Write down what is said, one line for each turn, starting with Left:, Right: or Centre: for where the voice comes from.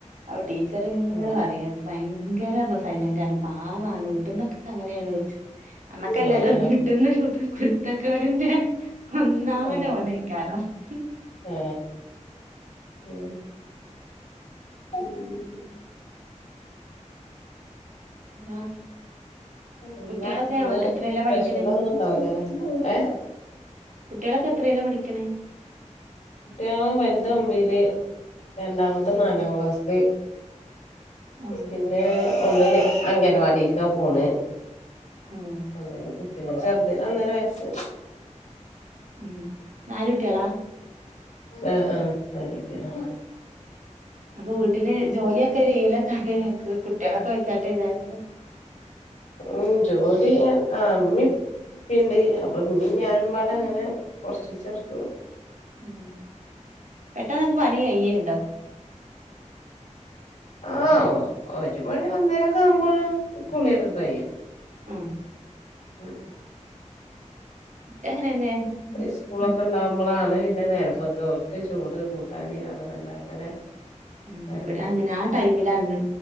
Right: അപ്പൊ ടീച്ചർ
Left: ആ
Right: അറിയ ഭയര സൈലന്റാണ് പാവാണ് വട്ടന്നൊക്കെ അങ്ങനെയാണ് വെച്ച നമ്മുക്കല്ലല്ലോ
Left: ആ ആ
Right: കിട്ടുന്ന കുരുത്തക്കാടിന്റെ ഒന്നാമന
Left: ആ
Right: ഓനയിക്ക <unintelligible>
Left: ആ ഉ ഉ
Right: എന്താ
Left: എന്താ
Right: കുട്ടികളൊക്കെ
Left: ഇന്ന്
Right: എവ് എത്രേലാ
Left: സ്പെഷ്യല
Right: പഠിക്കണേ
Left: ഒന്നും ഇണ്ടാവലല്ലെ ഏ
Right: കുട്ടികളൊക്കെ എത്രയല്ല പഠിക്കണേ
Left: കുട്ടിയ വലുത് ഒമ്പയില് രണ്ടാമത്തെ നാലാം ക്ലാസില്
Right: ആഹ്
Left: പിന്നെ ഒന്നന് അംഗൻവാടീക്കെ പോണ്
Right: ഓഹ്
Left: ഒന്നിന് ചെറുതിന് ഒന്നര വയസ്
Right: ഉം നാലുട്ടിളാ
Left: ആ ആ നാല് കുട്ടികളാ
Right: അപ്പൊ വീട്ടില് ജോലിയൊക്കെ ചെയ്യല് കുട്ടികളൊക്കെ വെച്ചാട്ട ഇല്ലരുപോ
Left: ഉം ജോലി ആ അമ്മിപ്പിണ്ട് അപ്പൊ ഇീ ഞാനുംമ്പാട അങ്ങനെ കൊറച്ച് ചേർക്കു
Right: ഉ പെട്ടെന്നക്കെ പനികഴിയണ്ടോ
Left: ആ ഒരു മണി വന്നേരൊക്കെ ആവുമ്പോൾ കുളിയൊക്കെ കഴിയും
Right: ആ
Left: ഉം
Right: ഇവിടെ അങ്ങനെന്നെ ഉം
Left: സ്കൂളൊക്കെ
Right: ഉം
Left: ഉണ്ടാവുമ്പോഴാണ് പിന്നെ നേരമ്പക്കെ ക്ക് ചോറ് കൂട്ടാന് അണണ്ട അങ്ങനെ
Right: ഉ
Left: നേരം
Right: ഇവിടെ
Left: വെളുക്കും
Right: അങ്ങനെ ആ ടൈമിലണ്